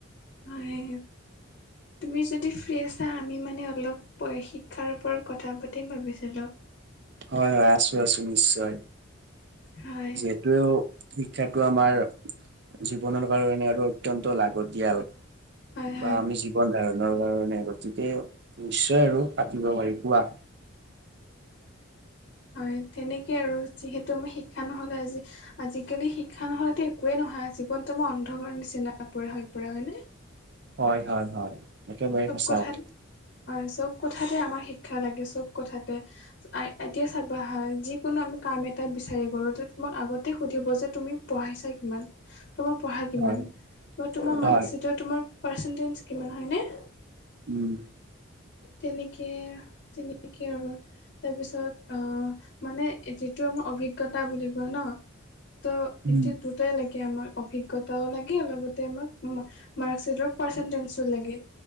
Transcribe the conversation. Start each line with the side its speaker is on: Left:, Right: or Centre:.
Left: হয়, তুমি যদি ফ্ৰী আছা আমি মানে অলপ। শিক্ষাৰ ওপৰত কথা পাতিম ভাবিছিলোঁ।
Right: হয় হয় আছো আছো নিশ্চয়,
Left: হয়
Right: যিহেতুে শিক্ষাটো আমাৰ জীৱনৰ কাৰণে আৰু অত্যন্ত লাগতিয়াল।
Left: হয়
Right: বা
Left: হয়
Right: আমি জীৱন ধাৰণৰ কাৰনে গতিকে নিশ্চয় আৰু পাতিব পাৰি কোৱা।
Left: হয় তেনেকেই আৰু যিহেতু আমি শিক্ষা নহ'লে আজি আজিকালি শিক্ষা নহলেতো একোৱেই নহয়, জীৱনটো তোমাৰ অন্ধকাৰ নিছিনা হৈ পৰে হয় নে।
Right: হয় হয় হয়। একেবাৰে
Left: চব
Right: সঁচা
Left: কথাত
Right: কথা।
Left: হয় চব কথাতে আমাৰ শিক্ষা লাগে চব কথাতে। এতিয়া চাবা হা যিকোনো আমি কাম এটা বিচাৰি গলো, তোমাক আগতে সুধিব যে তুমি পঢ়াই চা কিমান? তোমাৰ পঢ়া কিমান?
Right: হয়,
Left: মই তোমাৰ মাৰ্কশ্বিটৰ
Right: হয়,
Left: তোমাৰ পাৰ্চেণ্টেজ কিমান হয়নে।
Right: উম।
Left: তেনেকে তেনেকে আৰু তাৰপিছত অঁ মানে যিটো আমাৰ অভিজ্ঞতা বুলি কৈ ন। ত'
Right: উম,
Left: এতিয়া দুটাই লাগে, আমাক অভিজ্ঞতাও লাগে লগতে আমাক মাৰ্কশ্বিটৰ পাৰ্চন্দিছও লাগে,